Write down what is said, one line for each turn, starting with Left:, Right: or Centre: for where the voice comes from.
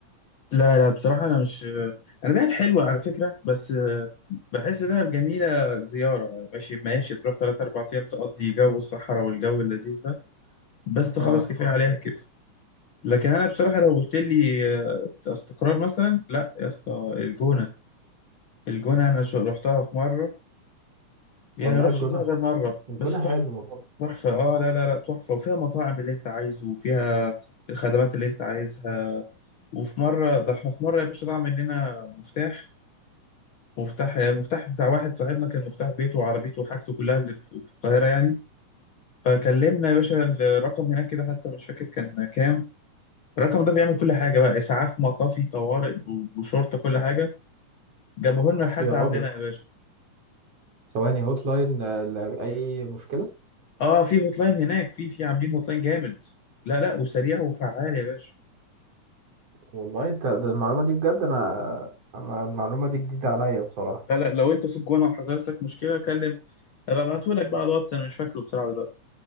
Left: لا لا بصراحة أنا مش أنا دهب حلوة على فكرة بس آه، بحس دهب جميلة زيارة ماشي ماشي تروح تلات أربع أيام تقضي جو الصحراء والجو اللذيذ ده بس
Right: آه
Left: خلاص كفاية عليها كده لكن أنا بصراحة لو قلت لي آه، استقرار مثلا لا يا اسطى الجونة الجونة أنا شو- رحتها في مرة يعني
Right: والله
Left: رحتش
Right: الجونة
Left: الجونة غير مرة
Right: الجونة
Left: بس تحفة
Right: حلوة برضه
Left: تحفة آه لا لا لا تحفة وفيها مطاعم اللي أنت عايزه وفيها الخدمات اللي أنت عايزها وفي مرة ده احنا في مرة يا باشا ضاع مننا مفتاح مفتاح يعني مفتاح بتاع واحد صاحبنا كان مفتاح بيته وعربيته وحاجته كلها اللي في في القاهرة يعني فكلمنا يا باشا الرقم هناك كده حتى مش فاكر كان كام الرقم ده بيعمل كل حاجة بقى إسعاف مطافي طوارئ ب- بشرطة كل حاجة جابوه لنا لحد
Right: يا راجل
Left: عندنا يا باشا
Right: ثواني هوت لاين آه، لأي مشكلة
Left: اه في هوت لاين هناك في في عاملين هوت لاين جامد لا لا وسريع وفعال يا باشا
Right: والله أنت ده المعلومة دي بجد أنا أنا المعلومة دي جديدة عليا بصراحة
Left: لا لا لو انت في الجونة وحصلت لك مشكلة كلم ابقى ابعتهولك بقى على الواتس انا مش فاكره بصراحة دلوقتي